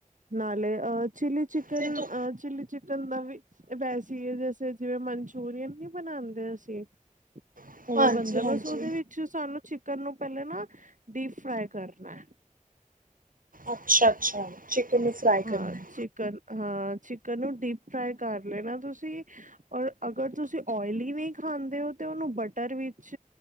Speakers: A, on the right (about 70°); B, on the right (about 85°).
A: ਨਾਲੇ ਅਹ ਚਿਲੀ ਚਿਕਨ
B: ਤੇ ਤੂੰ
A: ਅ ਚਿਲੀ ਚਿਕਨ ਦਾ ਵੀ ਵੈਸ ਹੈ ਜੈਸੇ ਜਿਵੇਂ ਮੰ ਮਨਚੂਰੀਅਨ ਨੀ ਬਣਾਉਂਦੇ ਅਸੀਂ
B: ਹਾਂਜੀ-ਹਾਂਜੀ
A: ਉਵੇ ਬੰਦਾ ਬਸ ਉਹਦੇ ਵਿੱਚ ਸਾਨੂੰ ਚਿ ਕਰਨ ਨੂੰ ਪਹਿਲਾਂ ਨਾ ਡੀਪ ਫਰਾਈ ਕਰਨਾ।
B: ਅੱਛਾ-ਅੱਛਾ। ਚਿਕਨ ਨੂੰ ਫਰਾਈ
A: ਹਾਂ,
B: ਕਰਨਾ ਹੈ।
A: ਚਿਕਨ ਹਾਂ ਚਿਕਨ ਨੂੰ ਡੀਪ ਫਰਾਈ ਕਰ ਲੈਣਾ ਤੁਸੀਂ ਔਰ ਅਗਰ ਤੁਸੀਂ ਓਇਲੀ ਨਹੀਂ ਖਾ ਖਾਂਦੇ ਹੋ ਤੇ ਉਹਨੂੰ ਬਟਰ ਵਿੱਚ